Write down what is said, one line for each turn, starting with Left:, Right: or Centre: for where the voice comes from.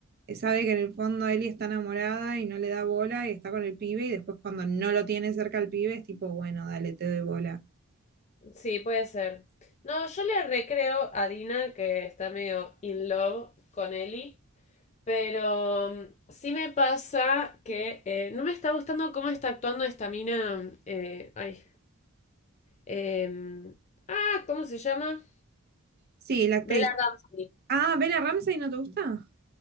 Right: Eh, Sabe que en el fondo Eli está enamorada y no le da bola y está con el pibe y después cuando no lo tiene cerca al pibe es tipo, bueno, dale, te doy bola.
Left: Sí, puede ser. No, yo le recreo a Dina que está medio in love con Ellie. Pero um, sí me pasa que eh, no me está gustando cómo está actuando esta mina. eh, ay. em, ah, ¿cómo se llama?
Right: Sí, la actriz.
Left: Bella Ramsey.
Right: Ah, Bella Ramsey, ¿no te gusta?